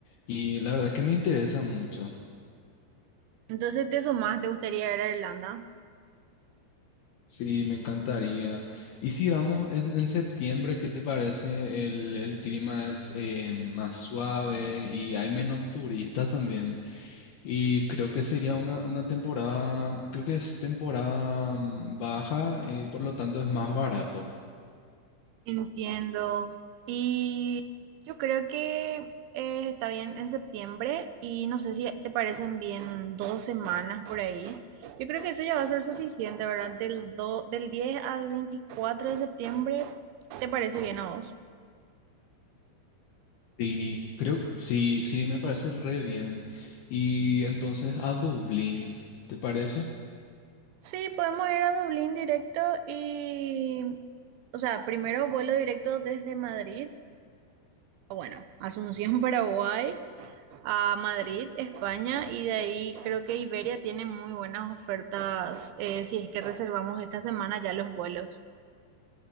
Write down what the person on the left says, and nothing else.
Y la verdad que me interesa mucho.
Sí, me encantaría. Y si vamos en, en septiembre, ¿qué te parece? El, el clima es eh, más suave y hay menos turistas también. Y creo que sería una, una temporada, creo que es temporada mm, baja, eh, por lo tanto es más barato.
Y creo, sí, sí, me parece re bien. Y entonces a Dublín, ¿te parece?